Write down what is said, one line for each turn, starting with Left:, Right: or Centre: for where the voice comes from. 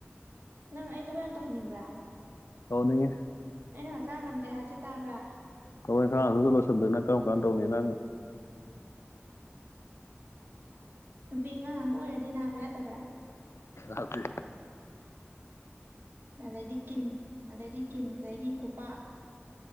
Right: ꯅꯪ ꯑꯩ ꯊꯕꯛ ꯌꯥꯝ ꯇꯧꯍꯟꯅꯤꯡꯕ꯭ꯔꯥ
Left: ꯍꯧꯅꯤꯡꯦ
Right: ꯑꯩꯅ ꯍꯛꯆꯥꯡ ꯉꯝꯗꯦ ꯍꯥꯏꯖ ꯇꯥꯕ꯭ꯔꯥ
Left: ꯀꯈꯣꯏ ꯏꯈꯥꯡꯁꯨꯗ ꯂꯣꯏꯁꯤꯟꯗꯅ ꯀꯔꯝ ꯀꯥꯟꯅ ꯇꯧꯅꯤ ꯅꯪ
Right: ꯅꯨꯄꯤ ꯑꯉꯥꯡ ꯑꯃ ꯑꯣꯏꯔꯗꯤ ꯅꯥꯕ ꯌꯥꯗꯕ꯭ꯔꯥ
Left: ꯔꯗꯤ
Right: ꯑꯗꯩꯗꯤ ꯀꯤꯟ ꯑꯗꯩꯗꯤ ꯀꯤꯟ ꯑꯗꯩꯗꯤ ꯈꯨꯄꯥꯛ